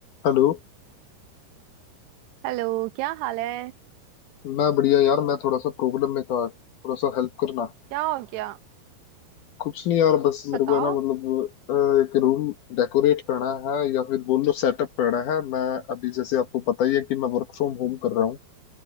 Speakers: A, on the left (about 65°); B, on the right (about 85°).
A: Hello
B: Hello क्या हाल है
A: मैं बढ़िया यार मैं थोड़ा सा प्रॉब्लम में था थोड़ा सा हेल्प करना
B: क्या हो गया
A: कुछ नहीं यार बस मेरे
B: बताओ
A: को है ना मतलब अ, एक रूम डेकोरेट करना है या फिर बोल लो सेटअप करना है मैं अभी जैसे आपको पता ही है कि मैं वर्क फ्रॉम होम कर रहा हूँ